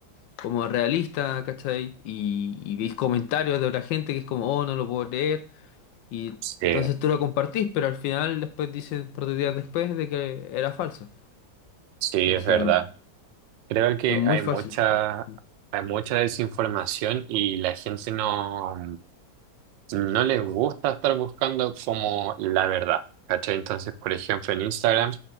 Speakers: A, on the left (about 75°); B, on the right (about 75°).
A: como realista, ¿cachai? Y, y veis comentarios de otra gente que es como, oh, no lo puedo creer. Y
B: Sí,
A: entonces tú lo compartís, pero al final después dices, por dos días después, de que era falso.
B: sí,
A: Entonces,
B: es verdad. Creo que
A: es muy
B: hay
A: fácil
B: mucha,
A: compartir.
B: hay mucha desinformación y la gente no. no les gusta estar buscando como la verdad, ¿cachai? Entonces, por ejemplo, en Instagram,